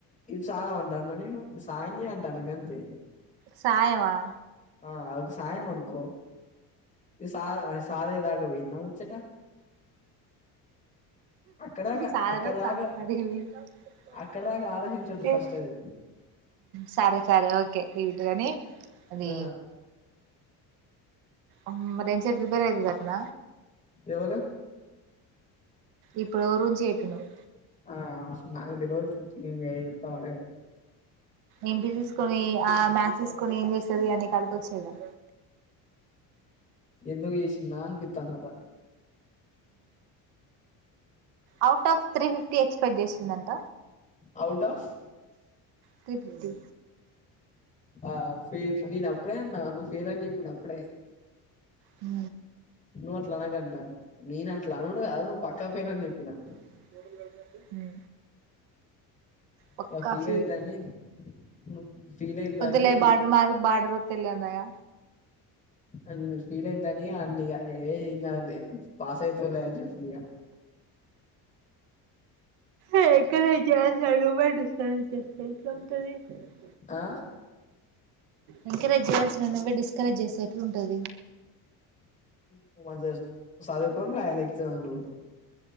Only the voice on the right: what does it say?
సాయమా
సాధన
సాధి
కాటికి పోయింది
సరే సరే ఓకే వీటిగానే అదే
అమ్మ <unintelligible> రిపేర్ అయుతుందటన
ఇప్పుడు ఏవరు గురించి చెప్పినావ్
ఇంటి తీసుకొని ఆ మ్యాథ్స్ తీసుకొని ఏం చేస్తది అని కడు వచ్చు ఇగ
out of three fifty expect చేస్తుందంట
త్రీ ఫిఫ్టీ
హు
<inaudible> ఉ పక్క
ఫెల్
వద్దులే <unintelligible> అన్నయ్య
ఎంకరేజ్ చే <inaudible>
ఎంకరేజ్ చేయాల్సి నువ్వే డిస్కరేజ్ చేస్తే ఎట్లుంటది